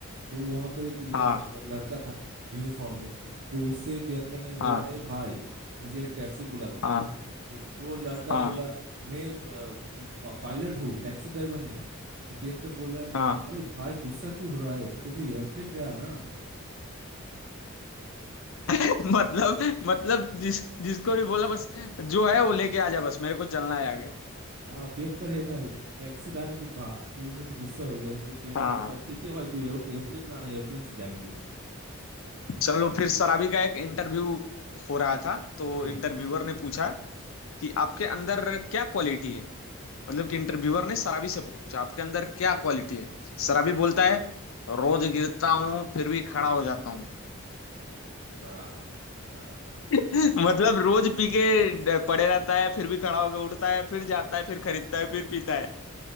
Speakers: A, on the right; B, on the left.
A: तो वहां पर एक यंग
B: हाँ
A: लड़का था यूनिफॉर्म में तो उससे पियक्कर ने बोला
B: हाँ
A: ए भाई मुझे एक टैक्सी बुला दे
B: हाँ
A: तो जो लड़का
B: हाँ
A: बोला मैं अ, पा- पायलट हूँ टैक्सी ड्राइवर नहीं तो पियक्कर बोल रहा है
B: हाँ
A: अरे भाई गुस्सा क्यों हो रहा है तो फिर एयरप्लेन रहा ना
B: <laughs> मतलब मतलब जिस जिसको भी बोला बस जो है वो लेके आ जा बस मेरे को चलना है आगे
A: हाँ पियक्कर है ना टैक्सी लाने को कहा तो उन्होंने गुस्सा हो गया इसलिए पियक्कर
B: हाँ
A: कहा ठीक है भाई तू एरो, एरोप्लेन ना आना एरोप्लेन से जाएंगे
B: चलो फिर सराबी का एक इंटरव्यू हो रहा था तो
A: हाँ
B: इंटरव्यूअर ने पूछा कि आपके अंदर क्या क्वालिटी है मतलब कि इंटरव्यूअर ने सराबी से पूछा आपके अंदर क्या क्वालिटी है सराबी बोलता है रोज गिरता हूँ फिर भी खड़ा हो जाता हूँ
A: हाँ हाँ
B: <laughs> मतलब रोज पी के पड़े रहता है फिर भी खड़ा होकर उठता है फिर जाता है फिर खरीदता है फिर पीता है